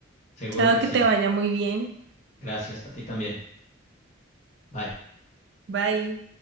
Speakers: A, on the left (about 35°); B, on the right (about 60°).
A: Seguro
B: Chao,
A: que
B: que
A: sí.
B: te vaya muy bien.
A: Gracias, a ti también. Bye.
B: Bye.